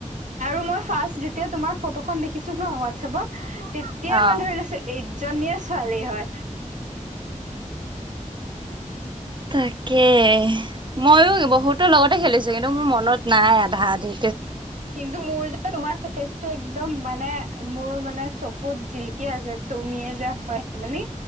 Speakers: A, on the right; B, on the right.
A: আৰু মই ফাৰ্ষট যেতিয়া তোমাৰ ফটোখন দেখিছো ন হোৱাটছএপত তেতিয়াই
B: অ
A: মানে লৈছে। এইজনীয়ে ছোৱালী হয়। <unintelligible>
B: তাকে। ময়ো বহুতো লগতে খেলিছো কিন্তু মোৰ মনত নাই আধা আধি।
A: কিন্তু মোৰ যে তোমাৰ ফেচটো এক্দম মানে মোৰ মানে চকুত জিল। কি আছে তুমিয়ে যে হয় সেইজনী